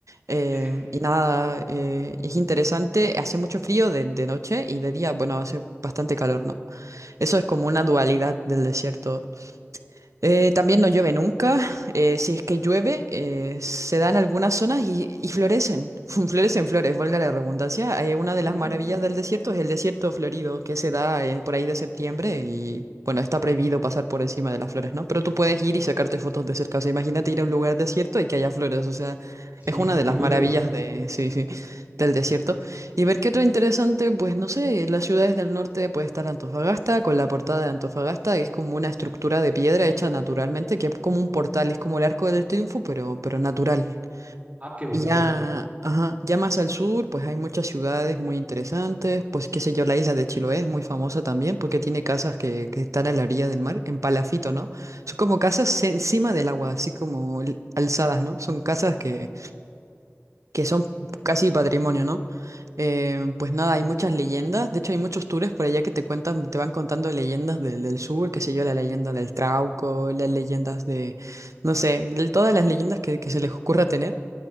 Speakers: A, on the right (about 80°); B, on the right (about 30°).
A: Eh,
B: Sí, sí.
A: y nada, eh, es interesante, hace mucho frío de, de noche y de día, bueno, hace bastante calor, ¿no? Eso es como una dualidad del desierto. Eh, también no llueve nunca. eh, si es que llueve, eh, se dan algunas zonas y, y florecen. <laughs> Florecen flores, valga la redundancia. Hay una
B: Ujú,
A: de las
B: ujú.
A: maravillas del desierto es el desierto florido que se da eh, por ahí de septiembre y bueno, está prohibido pasar por encima de las flores, ¿no? Pero tú puedes ir y sacarte fotos de cerca. O sea, imagínate ir a un lugar desierto y que haya flores. O sea,
B: Sí,
A: es una
B: qué
A: de
B: curioso.
A: las maravillas de, sí, sí, del desierto.
B: Ajá.
A: Y ver qué otro interesante, pues no sé, las ciudades del norte puede estar Antofagasta, con la portada de Antofagasta, que es como una estructura de piedra hecha naturalmente, que es como un portal, es como el Arco del Triunfo, pero, pero natural.
B: Ah, qué bonito.
A: Y ya, ajá, ya más al sur, pues hay muchas ciudades muy interesantes, pues qué sé yo, la isla de Chiloé es muy famosa también, porque tiene casas que, que están a la orilla del mar, en palafito, ¿no? Son como casas encima del agua, así como l- alzadas, ¿no? Son casas que que son casi patrimonio, ¿no? Eh, pues nada, hay muchas leyendas, de hecho hay muchos tours por allá que te cuentan, te van contando leyendas del, del sur, qué sé yo, la leyenda del Trauco, las leyendas de, no sé, de todas las leyendas que, que se les ocurra tener.